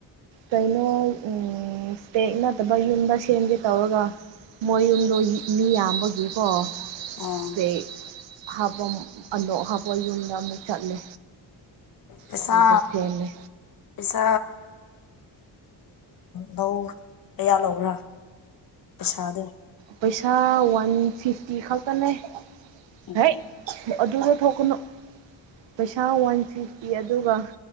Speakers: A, on the right (about 85°); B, on the left (about 50°).
A: ꯀꯩꯅꯣ ꯎꯝ ꯏꯁꯦꯛ ꯅꯠꯇꯕ ꯌꯨꯝꯗ ꯁꯦꯝꯒꯦ ꯇꯧꯔꯒ ꯃꯣꯏꯌꯨꯝꯗꯣ ꯃꯤ ꯌꯥꯝꯕꯒꯤꯀꯣ
B: ꯑꯣ
A: ꯄ ꯍꯥꯄꯝ ꯑꯗꯣ ꯍꯥꯞꯄ ꯌꯨꯝꯗ ꯃꯨꯆꯥꯠꯂꯦ
B: ꯄꯩꯁꯥ
A: ꯑꯗꯨꯗꯁꯤꯦꯅꯤ
B: ꯄꯩꯁꯥ ꯂꯧ ꯀꯌꯥ ꯂꯧꯕ꯭ꯔꯥ ꯄꯁꯥꯗꯣ
A: ꯄꯩꯁꯥ ꯋꯥꯟ ꯐꯤꯐꯇꯤ ꯈꯛꯇꯅꯦ
B: ꯎꯝ
A: ꯍ ꯑꯗꯨ ꯀꯥꯊꯣꯛꯀꯅꯨ ꯄꯩꯁꯥ ꯋꯥꯟ ꯐꯤꯐꯇꯤ ꯑꯗꯨꯒ